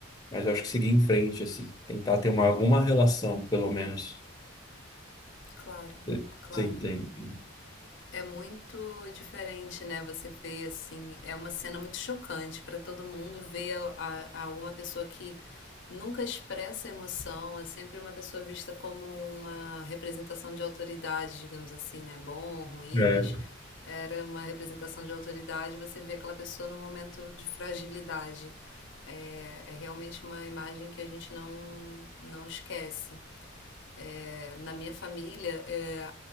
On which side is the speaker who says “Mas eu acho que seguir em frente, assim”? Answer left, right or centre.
Left